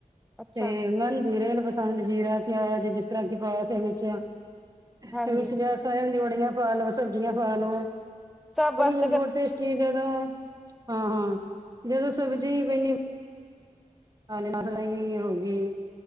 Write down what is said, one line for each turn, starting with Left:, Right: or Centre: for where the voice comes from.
Centre: ਅੱਛਾ
Right: ਤੇ ਮੈਨੂੰ ਜੀਰੇ ਵਾਲੇ ਪਸੰਦ, ਜੀਰਾ, ਪਿਆਜ, ਜਿਸ ਤਰ੍ਹਾਂ ਕਿ ਪਾ ਕੇ ਵਿੱਚ
Centre: ਹਾਂਜੀ
Right: ਸੋਇਆਬੀਨ ਦੀ ਬੜੀਆਂ ਪਾ ਲਵੋ, ਸਬਜ਼ੀਆਂ ਪਾ ਲਵੋ।
Centre: ਸਭ ਬਸ
Right: ਬਹੁਤ ਟੇਸਟੀ ਜਦੋਂ, ਹਾਂ-ਹਾਂ, ਜਦੋਂ ਸਬਜ਼ੀ ਪੈਂਨੀ ਹ ਮਸਲਾ ਹੀ ਹੋ ਗਈ।